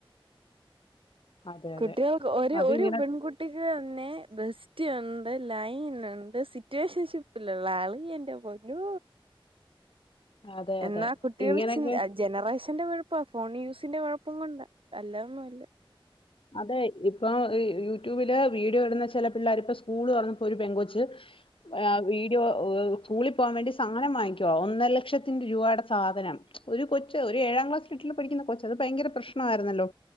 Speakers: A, on the left; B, on the right.
A: അതെ
B: കുട്ടികൾക്ക്
A: അതെ
B: ഒരു
A: അതിങ്ങനെ
B: ഒരു പെൺകുട്ടിക്ക് പിന്നെ ബെസ്റ്റി ഉണ്ട് ലൈനുണ്ട് സിറ്റുവേഷൻഷിപ്പിലുള്ള ആള് എന്റെ പൊന്നോ
A: അതെ
B: എന്നാ
A: അതെ
B: കുട്ടികൾ
A: ഇങ്ങനെയൊക്കെ
B: ച്ചിൻ അ ജനറേഷ <unintelligible> ന്റെ ഫോൺ യൂസിന്റെ കൊഴപ്പം കൊണ്ട അല്ലാ ഒന്നു അല്ല
A: അതെ ഇപ്പോം യൂട്യൂബില് വീഡിയോ ഇടുന്ന ചെല പിള്ളാരി ഇപ്പ സ്കൂള് ർന്നു ഒരു പെങ്കൊച്ച് ആ വീഡിയോ സ്കൂളി പോവാ വേണ്ടി സാനം വാങ്ങിക്കുവാ ഒന്നര ലക്ഷത്തിന്റെ രൂവായുടെ സാധനം ഒരു കൊച്ച് ഒരു ഏഴാം ക്ലാസ്സിൽ എട്ടിലൊ പഠിക്കുന്ന കൊച്ച് അത് ഭയങ്കര പ്രശ്നൊവായിര്ന്നല്ലോ